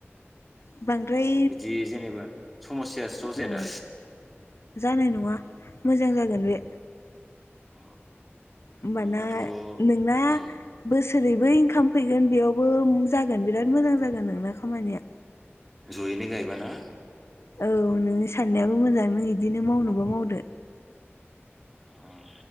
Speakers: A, on the left; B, in the centre.
A: बांद्राय
B: औ बिदि जेनेबा समस्यासो ज' जाया
A: औ
B: दा
A: जानाय नङा मोजां जागोन बे
B: अ
A: ओमबाना
B: होमबाथ'
A: नोंना
B: उम
A: बोसोरैबो इंकाम फैगोन बेयावबो जागोन बिराद मोजां जागोन नोंना खामानिया
B: जयैनो गायबाना
A: औ नोंनि साननायाबो मोजां नों इदिनो मावनोबा मावदो
B: अ